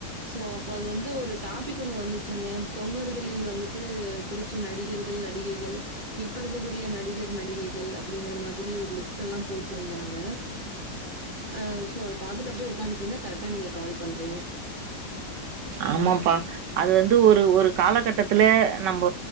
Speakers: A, on the right (about 50°); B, on the right (about 80°).
A: சோ அப்ப அது வந்து ஒரு டாபிக் ஒண்ணு வந்துச்சுங்க தொண்ணூறுகளில் வந்துட்டு பிடிச்ச நடிகர்கள் நடிகைகள் இப்ப இருக்க கூடிய நடிகர் நடிகைகள் அப்டிங்கிற மாதிரி ஒரு லிஸ்ட் எல்லா போட்ருந்தாங்க அ சோ அது பாத்துட்டு அப்டியே உக்காந்துட்ருந்தே கரெக்டா நீங்க கால் பண்றீங்க
B: ஆமாபா அது வந்து ஒரு ஒரு காலகட்டத்துல நம்ப